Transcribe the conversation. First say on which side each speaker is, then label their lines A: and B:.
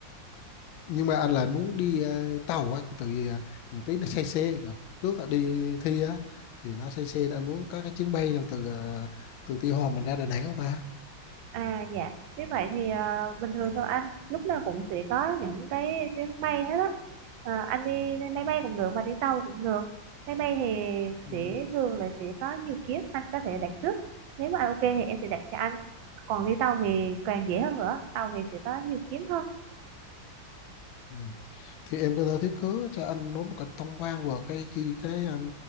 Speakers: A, on the left (about 80°); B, on the right (about 80°).
A: nhưng mà anh lại muốn đi ờ, tàu á, tại vì ờ, thằng Tí nó say xe được trước là đi thi á thì nó say xe nên anh muốn có cái chuyến bay nào từ ờ, từ Tuy Hòa mình ra Đà Nẵng không ta?
B: à dạ như vậy thì à, bình thường thôi anh lúc nào cũng sẽ có những cái chuyến bay hết á à, anh đi máy bay cũng được mà đi tàu cũng được máy bay thì
A: Ừ.
B: sẽ thường là sẽ có nhiều kiếp anh có thể đặt trước nếu mà anh ok thì em sẽ đặt cho anh còn đi tàu thì càng dễ hơn nữa tàu thì sẽ có nhiều chuyến hơn
A: Ừ. Thì em có thể thiết kế cho anh nói một cách tổng quan về cái chi cái ờ,